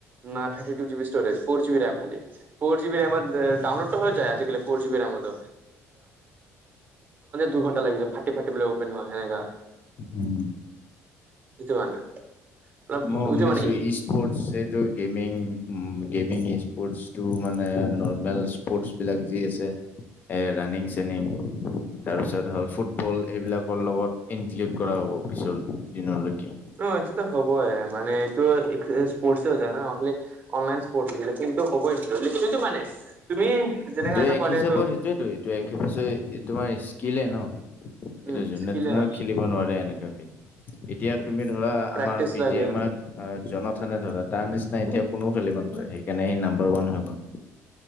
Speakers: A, on the right; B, on the left.
A: ন থাৰ্টি জ বি ষ্টৰেজ ফ জি খাল ফ জিব বিৰ ডাউনলোড। হৈ যায় আজিকালি ফৰজি মপ দুঘণ্টা। লাগিছে ফাটি ফাটিবলে অপেন হয় সেনেকা।
B: উম।
A: সেইটো মানে। অলপ
B: মই
A: এইটো
B: শুনিছো
A: মানে
B: ই। সৰ্ এই গেমিং উ গেম ই স্পৰ্টটো মানে নৰ্মেল। স্পৰ্টচ বিলাক যি আছে এ ৰাণিং চেনিং তাৰপিছত হ'ল ফুট। বল এইবিলাকৰ লগত ইনক্লুড কৰা হ'ব পিছৰ দিনলৈকে।
A: অ এইটোতো হবই মানে এইটো স্পৰ্টও যায় ন আপুনি। অনলাইন পঢ়িলে কিন্তু হ'বই নছিলি কিটো মানে তুমি। যেনেকা
B: এইটো
A: এটা
B: এক
A: ক'লে
B: হিচাপত
A: এইটো
B: সেইটোয়েতো এইটো এক হ পাত তোমাৰ স্কিলে ন।
A: উম
B: এইটো যোনে
A: স্কিলে
B: তোনেও
A: হয়
B: খেলিব নোৱাৰে এনেকুৱাকে। এতিয়া তুমি ধৰা
A: প্ৰেক্টিচ
B: আমাৰ পি
A: লাগে
B: জি এম। অ জনথনে ধৰা তাৰ নিচিনা এতিয়া কোননেও খেলিব নোৱাৰে সেইকাৰণে সি নাম্বাৰ ওৱান হৈ গ'ল।